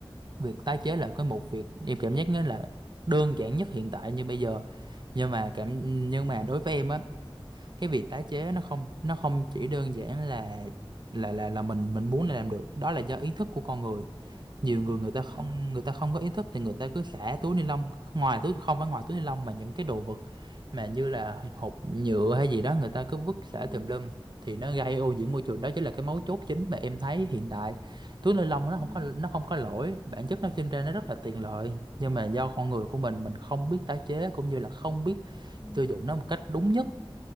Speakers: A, on the right; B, on the left.
A: việc tái chế là cái một việc em cảm giác nó là đơn giản nhất hiện tại như bây giờ nhưng mà cảm nhưng mà đối với em á cái việc tái chế nó không nó không chỉ đơn giản là là là là mình mình muốn là làm được đó là do ý thức của con người nhiều người người ta không
B: ừ
A: người ta không có ý thức thì người ta cứ xả túi ni lông ngoài túi không phải ngoài túi ni lông mà những cái đồ vật mà như là hộp nhựa hay gì đó người ta cứ vứt xả
B: ừ
A: tùm lum thì nó gây ô nhiễm môi trường đó chính là cái mấu chốt chính mà em thấy hiện tại túi ni lông nó
B: ừ
A: không có nó không có lỗi bản chất nó sinh ra nó rất là tiện lợi nhưng mà do con người của mình mình không biết tái chế cũng như là không biết
B: ừ.
A: sử dụng nó một cách đúng nhất